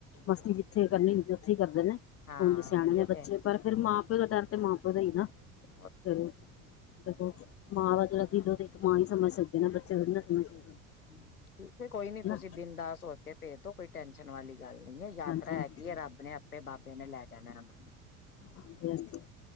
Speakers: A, on the left (about 35°); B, on the left (about 85°).
A: ਮਸਤੀ ਜਿੱਥੇ ਕਰਨੀ ਹੁੰਦੀ ਉੱਥੇ ਕਰਦੇ ਨੇ,
B: ਹਾਂ
A: ਹੁਣ ਦੇ ਸਿਆਣੇ
B: ਉਹੀ
A: ਨੇ ਬੱਚੇ।
B: ਤੇ
A: ਪਰ ਫੇਰ ਮਾਂ-ਪਿਓ ਦਾ ਡਰ ਤੇ ਮਾਂ-ਪੋ ਦਾ ਈ ਏ ਨਾ।
B: <unintelligible>
A: ਜਰੁਰ ਦੇਖੋ ਮਾਂ ਦਾ ਜੇੜਾ ਦਿਲ ਏ ਓ ਤੇ ਇੱਕ ਮਾਂ ਹੀ ਸਮਝ ਸਕਦੀ ਏ ਨਾ ਬੱਚੇ ਥੋੜੇ ਨਾ ਸਮਝ ਸਕਦੇ।
B: ਹੂੰ ਠੀਕ ਏ ਕੋਈ ਨੀ
A: ਹਨਾ
B: ਤੁਸੀਂ ਬਿਨਦਾਸ ਹੋ ਕੇ ਪੇਜ ਦੋ ਕੋਈ ਟੈਨਸ਼ਨ ਵਾਲੀ ਗੱਲ ਨੀ ਐ ਯਾਤਰਾ
A: ਹਾਂਜੀ ਹਾਂਜੀ
B: ਹੈਗੀ ਏ ਰੱਬ ਨੇ ਆਪੇ ਬਾਬੇ ਨੇ ਲੈ ਜਾਣਾ ਐਨਾ ਨੂੰ।
A: ਹਾਂਜੀ-ਹਾਂਜੀ